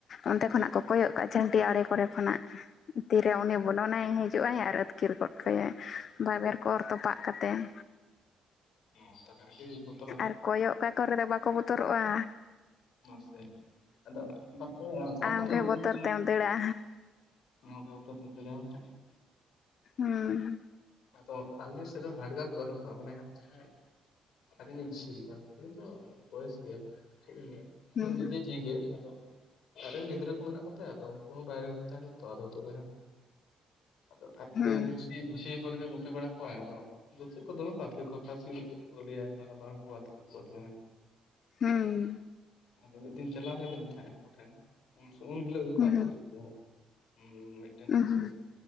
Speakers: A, on the left; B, on the left.
A: ᱚᱱᱛᱮ
B: ᱚ
A: ᱠᱷᱚᱱᱟᱜ ᱠᱚ ᱠᱚᱭᱚᱜ ᱠᱟᱜ-ᱟ ᱡᱷᱟᱹᱱᱴᱤ ᱟᱲᱮ ᱠᱚᱨᱮ ᱠᱷᱚᱱᱟᱜ ᱛᱤᱨᱮ ᱩᱱᱤ ᱵᱚᱞᱚᱱᱟᱭ ᱦᱤᱡᱩᱜ-ᱟᱭ ᱟᱨ ᱟᱹᱛᱠᱤᱨ ᱜᱚᱫ ᱠᱟᱭ ᱵᱟᱭᱵᱮᱨ ᱠᱚᱨ ᱚᱨ ᱛᱚᱯᱟᱜ ᱠᱟᱛᱮᱫ
B: ᱚ ᱛᱚᱵᱮ ᱟᱹᱰᱤ ᱵᱚᱨ
A: ᱟᱨ ᱠᱚᱭᱚᱜ ᱠᱟᱠᱚ ᱨᱮᱫᱚ ᱵᱟᱠᱚ ᱵᱚᱛᱚᱨᱚᱜ-ᱟ
B: ᱢᱟᱥᱮ ᱟᱫᱚ ᱵᱟᱯᱮ ᱟᱸᱜ ᱥᱟᱨ
A: ᱟᱢᱜᱮ
B: ᱠᱚᱛᱮ ᱵᱟᱞᱮ
A: ᱵᱚᱛᱚᱨ
B: ᱛᱩᱧ
A: ᱛᱮᱢ ᱫᱟᱹᱲᱟ
B: <inaudible>
A: ᱦᱩᱸᱻᱻ
B: ᱟᱫᱚ ᱟᱞᱮ ᱥᱮᱫ ᱫᱚ ᱦᱟᱰᱜᱟᱨ ᱠᱚ ᱵᱟᱹᱱᱩᱜ ᱠᱚᱣᱟ ᱢᱟᱱᱮ ᱦᱟᱜ ᱡᱟᱦᱟᱸ ᱟᱵᱤᱱ ᱨᱮᱱ ᱪᱷᱤ ᱞᱮᱠᱟ ᱠᱤᱱᱛᱩ ᱵᱚᱭᱮᱥ ᱜᱮᱭᱟᱭ ᱪᱮᱫ ᱞᱤᱧ ᱞᱟᱹᱭ ᱟ
A: ᱦᱩᱸ
B: ᱥᱮᱢ ᱱᱤᱡᱮ ᱫᱚ ᱟᱫᱚ ᱟᱡᱨᱮᱱ ᱜᱤᱫᱽᱨᱟᱹ ᱠᱚ ᱢᱮᱱᱟᱜ ᱠᱚᱛᱟ ᱟᱫᱚ ᱩᱱᱠᱩ ᱦᱚᱸ ᱵᱟᱭᱨᱮ ᱨᱮ ᱛᱟᱦᱮᱱᱟ ᱛᱚ ᱟᱫᱚ ᱦᱳᱭᱳᱜ ᱫᱚ ᱦᱟᱜ ᱟᱫᱚ
A: ᱦᱩᱸ
B: ᱵᱤᱥ ᱦᱚᱲ ᱜᱮ ᱜᱩᱯᱤ ᱵᱟᱲᱟ ᱠᱚᱣᱟᱭ ᱟᱫᱚ ᱵᱩᱥᱚᱜ ᱠᱚ ᱫᱚᱢᱮ ᱠᱚ ᱟᱛᱠᱤᱨ ᱠᱚᱣᱟ ᱠᱷᱟᱥᱤᱲ ᱪᱮᱫ ᱠᱮ ᱞᱟᱹᱭ ᱢᱟᱨᱟᱢ ᱢᱟᱨᱟᱝ ᱠᱚ ᱟᱛᱠᱤᱨ ᱠᱚ ᱛᱟᱦᱮᱫ
A: ᱦᱮᱸᱻᱻ
B: ᱟᱫᱚ ᱢᱤᱫ ᱫᱤᱱ ᱪᱟᱞᱟᱣ ᱦᱳᱭ ᱞᱮᱱ ᱛᱟᱦᱮᱸᱫ ᱟᱠᱚ ᱴᱷᱮᱱ ᱩᱱ ᱦᱤᱞᱳᱜ ᱜᱮᱠᱚ
A: ᱦᱩᱸ
B: ᱟᱹᱛᱠᱟᱹᱨ ᱠᱮᱫᱮᱭᱟ᱾ ᱦᱩᱸ ᱢᱤᱫᱴᱮᱱ
A: ᱦᱩᱸ
B: ᱠᱟᱹᱥᱤ
A: ᱦᱩᱸ